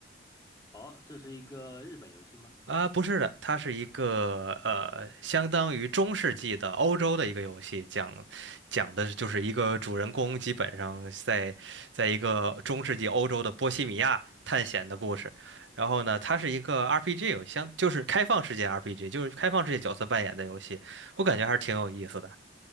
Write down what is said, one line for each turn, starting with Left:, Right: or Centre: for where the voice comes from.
Left: 哦，这是一个日本游戏吗？
Right: 啊，不是的，它是一个呃，相当于中世纪的欧洲的一个游戏，讲讲的就是一个主人公基本上在在一个中世纪欧洲的波西米亚探险的故事。然后呢，它是一个 RPG 游戏，相就是开放世界 RPG，就是开放世界角色扮演的游戏，我感觉还是挺有意思的。